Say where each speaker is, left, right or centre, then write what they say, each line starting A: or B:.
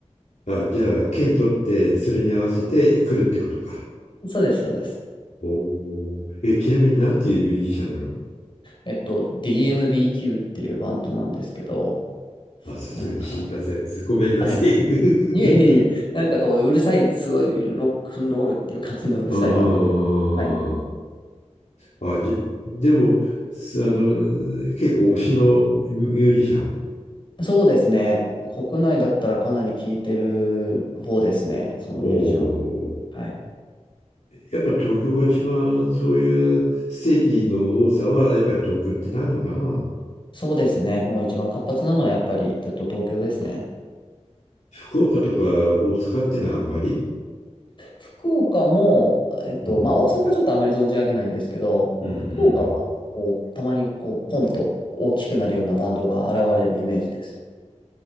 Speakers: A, on the left; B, on the left.
A: あ、じゃあ、県取って、それに合わせて来るってことか。
B: そうです、そうです。
A: おーえ、ちなみになんていうミュージシャンなの
B: えっと、DMBQ っていうバンドなんですけど、
A: あ、さすがに知りません。
B: なんか、
A: ごめんなさい。
B: はい。<laughs>
A: <laughs>
B: いえいえいえ、なんかこう、うるさい、すごいロックンロールっていう感じのうるさいバンドです。
A: うんうんうんうん
B: はい。
A: あ、じ、でも、すあの、結構推しのミュージシャン
B: そうですね。国内だったらかなり聴いてる方ですね、そのミュージシャンは。
A: おー
B: はい。
A: やっぱ東京が一番そういうステージの多さは、やっぱり東京ってなるのかな
B: そうですね。もう一番活発なのはやっぱりずっと東京ですね。
A: 福岡とか大阪っていうのはあんまり。
B: 福岡も、えっと、
A: うん。
B: まあ大阪ちょっとあんまり存じ上げないんですけど、
A: うんう
B: 福岡はこう、
A: ん。
B: たまにこう、ポンと大きくなるようなバンドが現れるイメージです。